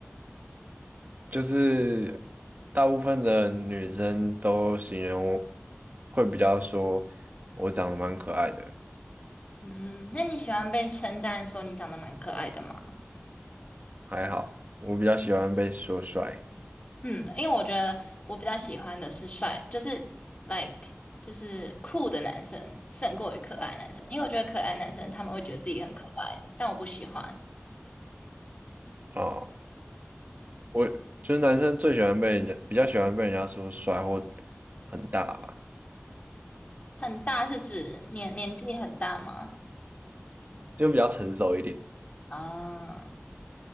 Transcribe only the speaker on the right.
就是大部分的女生都形容我会比较说我长得蛮可爱的，
还好，我比较喜欢被说帅
哦，我就是男生最喜欢被人家比较喜欢被人家说帅或很大吧，
就比较成熟一点，